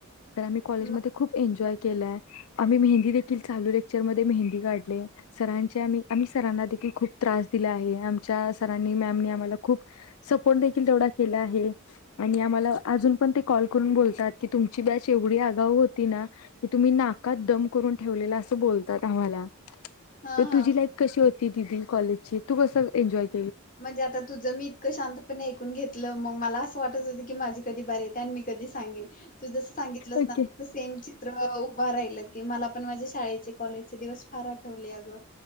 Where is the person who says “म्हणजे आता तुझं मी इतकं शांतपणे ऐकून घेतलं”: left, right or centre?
Left